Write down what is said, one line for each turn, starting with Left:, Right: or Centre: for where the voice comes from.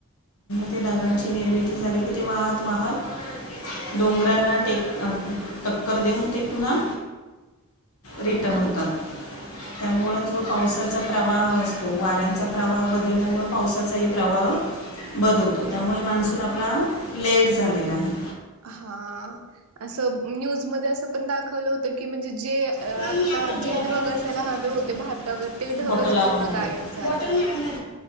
Left: त्या ढागांची निर्मिती झाली की ते वाहत. वाहत डोंगरांना <inaudible> टेक टक्कर देऊन ते पुन्हा रिटन
Right: हा
Left: होतात. त्यामुंच जो पावसाचा प्रवाह असतो. वाऱ्यांचा प्रवाह बदलल्यामुळें पावसाचाही प्रवाह बदलतो
Right: बर
Left: त्यामुळे मान्सून आपला लेट झालेला आहे.
Right: हा असं न्यूज मध्ये असं पण दाखवलं होत की म्हणजे जे अ
Left: मम्मी
Right: आता
Left: आम्हाला डी
Right: जे
Left: आय
Right: ढग
Left: वायला जायचं
Right: असायला हवे
Left: नव्हतं
Right: होते भारतावर ते ढगच
Left: बॉटल आणू
Right: पूर्ण
Left: नको
Right: गायब झालेत.
Left: बॉटल नाही आणणार